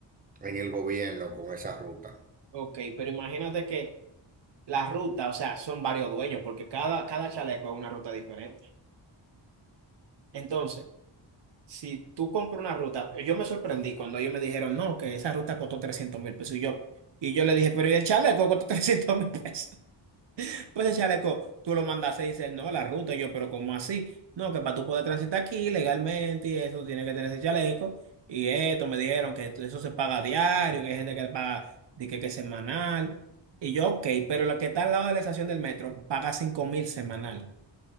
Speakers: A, on the right; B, on the right.
A: en el gobierno con esa ruta.
B: ok, pero imagínate que la ruta, o sea, son varios dueños, porque cada, cada chaleco es una ruta diferente. Entonces, si tú compras una ruta, yo me sorprendí cuando ellos me dijeron, no, que esa ruta costó trescientos mil pesos. Y yo, y yo le dije, pero ¿y el chaleco costó <laughs> trescientos mil pesos? Pues el chaleco, tú lo mandas y dices, no, la ruta, y yo, pero ¿cómo así? No, que para tú poder transitar aquí legalmente y eso, tiene que tener ese chaleco. Y esto, me dijeron que eso se paga diario, que hay gente que le paga, di que, que es semanal. Y yo, ok, pero la que está al lado de la estación del metro paga cinco mil semanal.